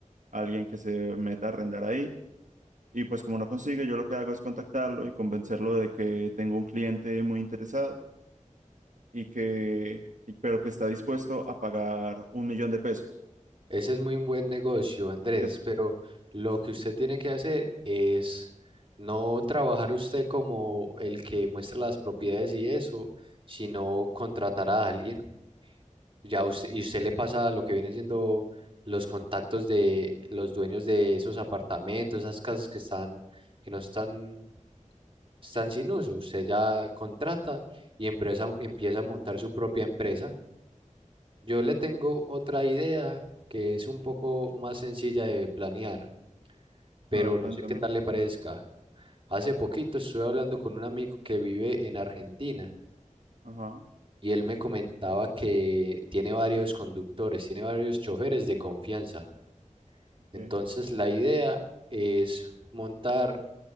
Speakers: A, on the right; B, on the right.
A: a alguien que se meta a arrendar ahí. Y pues como no consigue, yo lo que hago es contactarlo y convencerlo de que tengo un cliente muy interesado y que, y- pero que está dispuesto a pagar un millón de pesos.
B: Ese es muy un buen negocio, Andrés,
A: ¿Qué?
B: pero lo que usted tiene que hacer es no trabajar usted como el que muestra las propiedades y eso, sino contratar a alguien. Ya usted, y usted le pasa lo que viene siendo los contactos de los dueños de esos apartamentos, esas casas que están, que no están, están sin uso. Usted ya contrata y empresa- empieza a montar su propia empresa. Yo le tengo otra idea que es un poco más sencilla de planear, pero
A: A ver, cuéntame.
B: no sé qué tal le parezca. Hace poquito estuve hablando con un amigo que vive en Argentina
A: Ajá,
B: y él me comentaba que tiene varios conductores, tiene varios choferes de confianza.
A: ok,
B: Entonces la idea es montar,